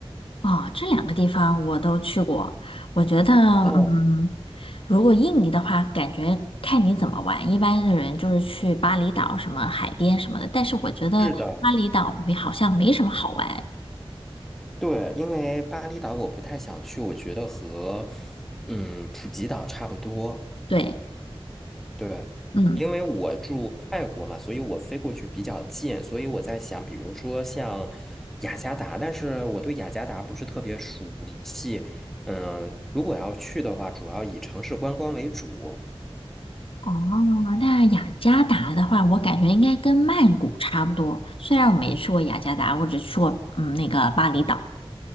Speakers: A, on the left; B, in the centre.
A: 哦，这两个地方我都去过，我觉得，
B: 哦，
A: 嗯，如果印尼的话，感觉看你怎么玩。一般的人就是去巴厘岛、什么海边什么的，但是我觉得巴厘岛没好像没什么好玩。
B: 是的，对，因为巴厘岛我不太想去，我觉得和嗯普吉岛差不多。
A: 对，
B: 对，
A: 嗯，
B: 因为我住泰国嘛，所以我飞过去比较近，所以我在想，比如说像雅加达，但是我对雅加达不是特别熟悉。嗯，如果要去的话，主要以城市观光为主。
A: 哦，那雅加达的话，我感觉应该跟曼谷差不多。虽然我没去过雅加达，我只去过嗯那个巴厘岛。